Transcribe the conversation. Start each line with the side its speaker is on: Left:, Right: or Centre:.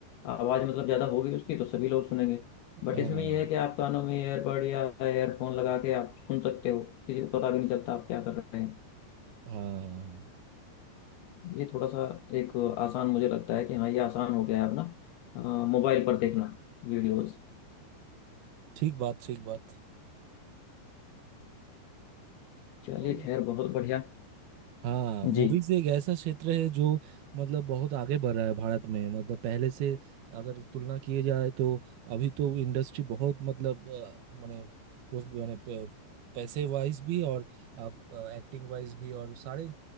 Left: आवाज़ मतलब ज़्यादा होगी उसकी तो सभी लोग सुनेंगे बट
Right: हाँ
Left: इसमें यह है कि आप कानों में ईयरबड या एयरफोन लगा के आप सुन सकते हो किसी को पता भी नहीं चलता आप क्या कर रहे हैं
Right: हाँ
Left: ये थोड़ा सा एक आसान मुझे लगता है कि हाँ ये आसान हो गया है अपना मोबाइल पर देखना वीडियोस
Right: ठीक बात ठीक बात
Left: चलिए
Right: और-
Left: खैर बहुत बढ़िया
Right: हाँ मूवीज
Left: जी
Right: एक ऐसा क्षेत्र है जो मतलब बहुत आगे बढ़ रहा है भारत में मतलब पहले से अगर तुलना किए जाए तो अभी तो इंडस्ट्री बहुत मतलब अ, माने उस- माने पे- पैसे वाइज भी और आप एक्टिंग वाइज भी और सारे